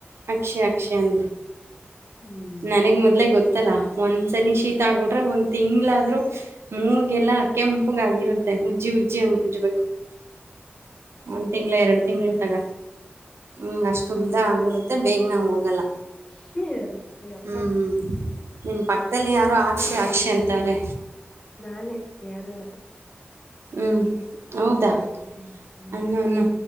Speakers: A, on the right; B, on the left.
A: ಅಕ್ಷಯ ಅಕ್ಷಯ ಅಂದ್ರ
B: ಹ್ಮ್
A: ನನಗ್ ಮೊದ್ಲೇ ಗೊತ್ತಲ್ಲ ಒಂದ <inaudible> ಸ ಶೀತ
B: ಹ್ಮ್
A: ಆಗಿಡ್ರೆ ಒಂದು <inaudible> ತಿಂ್ಗಳಾದ್ರರು ಮೂವಗೆಲ್ಲ ಅಕ್ಕ ಉಂಪುಗ ಆಗಿರುತ್ತೆ ಉಜ್ಜಿ ಉಜ್ಜ ಅಂಗ ಕುಜ್ಜಬೇಕು <inaudible>
B: <inaudible> ಹ್ಮ್
A: ಒಂದ್ ತಿಂಗಳ ಎರಡು ತಿಂಗ್ಳ ತಗ ಹಂಗ ಅಷ್ಟು ಉದ್ದ ಆಗ್ಬಿಡುತ್ತ ಮತ್ತೆ ಬೇಗ ನಾಗೆ ಹೋಗಲ್ಲ
B: ಶಿ ಅಯ್ಯಪ್ಪಾ
A: ಹ್ಞ ಹ್ಞ ನಿಮ ಪಕ್ಕದಲ್ಲಿ ಯಾರೋ ಆಕ್ಷಿ ಆಕ್ಷಿ ಅಂತವ್ರೆ
B: ನಾನೇ ಯಾರು ಅಲ್ಲ
A: ಹ್ಮ್ ಹೌದಾ
B: ಹ್ಮ್ ಹ್ಮ್
A: ಅನ್ನ ಅನ್ನು